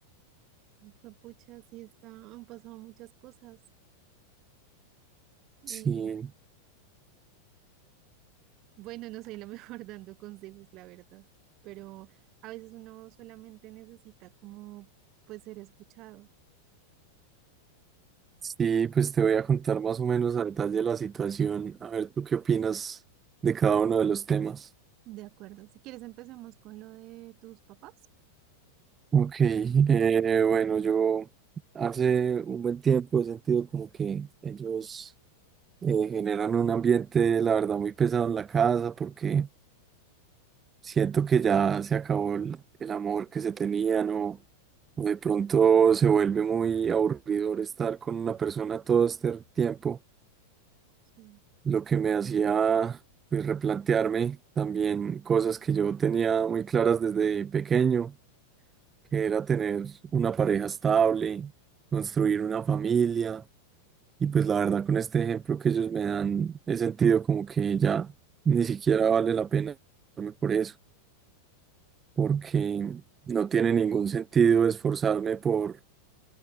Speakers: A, on the right; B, on the right.
A: Uy, pucha, sí está, han pasado muchas cosas. Eh,
B: Sí,
A: bueno, no soy la mejor <laughs> dando consejos, la verdad, pero a veces uno solamente necesita como pues ser escuchado.
B: Sí, pues te voy a contar más o menos a detalle la situación. A ver, ¿tú qué opinas de cada uno de los temas?
A: De acuerdo. Si quieres, empecemos con lo de tus papás.
B: Ok, eh, bueno, yo hace un buen tiempo he sentido como que ellos eh, generan un ambiente, la verdad, muy pesado en la casa porque siento que ya se acabó el, el amor que se tenían o, o de pronto se vuelve muy aburridor estar con una persona todo este tiempo.
A: Sí.
B: lo que me hacía pues, replantearme también cosas que yo tenía muy claras desde pequeño, que era tener una pareja estable, construir una familia, y pues la verdad con este ejemplo que ellos me dan, he sentido como que ya ni siquiera vale la pena esforzarme por eso, porque no tiene ningún sentido esforzarme por